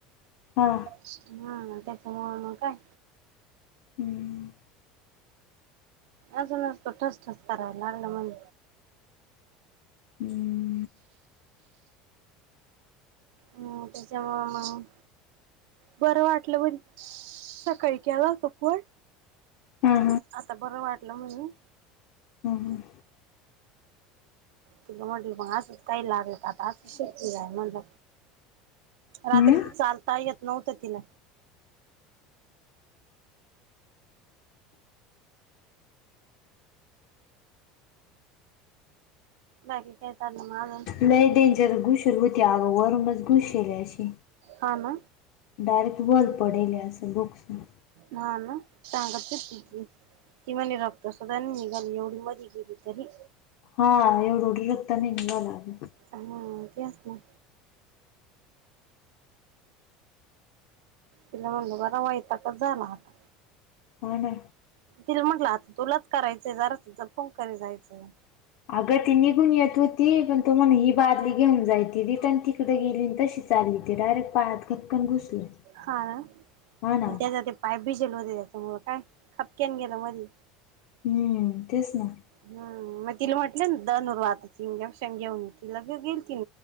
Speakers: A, on the left (about 60°); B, on the right (about 75°).
A: हां
B: हा त्याच मुळ मग काय
A: हुम्म.
B: अजून तो ठस ठस करायला लागल म्हण.
A: हुम्म.
B: हम् त्याच्यामुळ मंग, बरं वाटलं पण कैई केला होता फोन,
A: हा हा
B: आता बरं वाटलं म्हणून?
A: हम हम
B: ति म्ह म्हटल मग असंच काही लागलं आता असं शेय म्हणल. रात्रीच
A: हम्म
B: चालता येत नव्हतं तिला. बाकी काय चालय मग आजुन?
A: नाही डेंजर घुसेल होती अगो वरूनच घुसेल अशी.
B: हा ना
A: डारेकट होल पडेल असं बुक्सन.
B: हा ना सांगत हुती की. ती म रक्त सुदां निघाली एवढी मधी गेली तरी
A: हा एवढ उढ रक्ता निंगला अग.
B: हम्म तेच कि. तिला म्हण बरा वयताकच झाला आता.
A: हो ना
B: तिला म्हटलं आता तुलाच करायचंय जरास जपुन करी जायचंय.
A: आगं तिनी पण येत होती पण तो म्हण ही बादली घेऊन जाय त रिटर्न तिकडे गेली तशी ते आली की डायरेक्ट पायात घक्कन घुसलं.
B: हा ना.
A: हा ना.
B: त्याचा ते पाय भिजल होते त्याच्यामुळ काय, खपक्यान गेलं मधी.
A: हुम्म तेच ना.
B: हम् मग तिला म्हटले ना, धनुरवात इंजेक्शन घेऊन ए लगे गेलती.